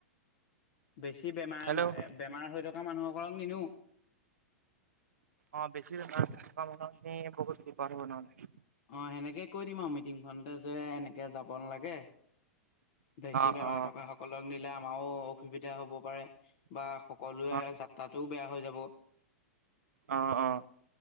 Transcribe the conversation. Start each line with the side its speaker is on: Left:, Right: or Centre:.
Left: বেছি বেমাৰ-বেমাৰ
Right: হেল্ল'
Left: হয় থকা থকা মানুহসকলক নিনো।
Right: অ', বেছি বেমাৰ হৈ থকা মানুহক নি বহুত বিপদ হ'ব নহ'লে
Left: অ', সেনেকে কৈ দিম আৰু মিটিংখনতে যে এনেকে যাব নালাগে বেছি
Right: অ
Left: বেমাৰ
Right: অ
Left: থকা সকলক নিলে আমাৰো অসুবিধা হ'ব পাৰে বাহ সকলোৱে
Right: অ
Left: যাত্ৰাটোও বেয়া হৈ যাব
Right: অ অ